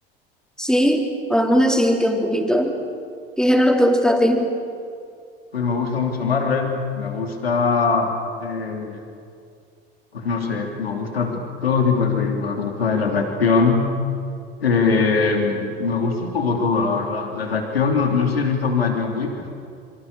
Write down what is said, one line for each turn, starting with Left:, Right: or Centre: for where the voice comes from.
Centre: Sí, podemos decir que un poquito. ¿Qué género te gusta a ti?
Left: Pues me gusta mucho Marvel, me gusta... eh, Pues no sé, me gusta todo tipo de películas, me gusta de las de acción, eh, me gusta un poco todo, la verdad. Las de acción, no, no sé si has visto alguna de John Wick.